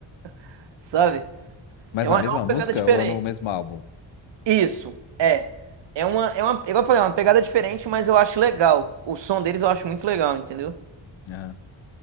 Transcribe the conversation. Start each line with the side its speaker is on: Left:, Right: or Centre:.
Right: <laughs> sabe?
Left: Mas
Right: É uma,
Left: na mesma
Right: é uma pegada
Left: música
Right: diferente.
Left: ou é no mesmo álbum?
Right: Isso, é. É uma, é uma, igual eu falei, é uma pegada diferente, mas eu acho legal. O som deles eu acho muito legal, entendeu?
Left: Aham.